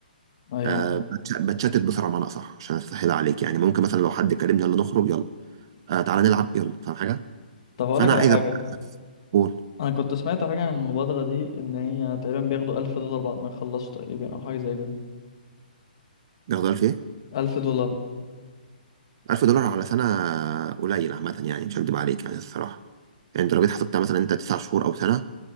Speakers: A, on the left (about 35°); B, on the right (about 25°).
A: ايوه
B: آه بتش- بتشتت بسرعه بمعنى اصح عشان اسهل عليك يعني ممكن مثلا لو حد كلمني يلا نخرج يلا آه تعالى نلعب يلا فاهم حاجه
A: طب هقول
B: فانا
A: لك على
B: عايز
A: حاجة
B: ابقى قول
A: انا كنت سمعت حاجة عن المبادرة دي ان هي تقريبا بياخدوا 1000 دولار بعد ما يخلصوا تقريبا او حاجة زي كده
B: ده في ايه
A: ألف دولار
B: 1000 دولار على سنه قليل عامه يعني مش هكدب عليك يعني الصراحه يعني انت لو جيت حسبتها مثلا انت 9 شهور او سنه